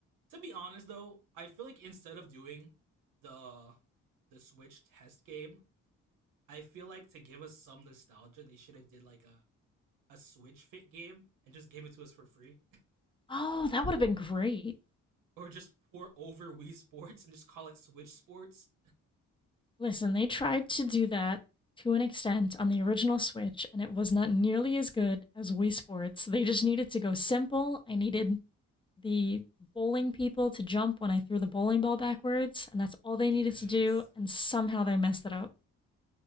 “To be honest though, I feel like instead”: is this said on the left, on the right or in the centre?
Right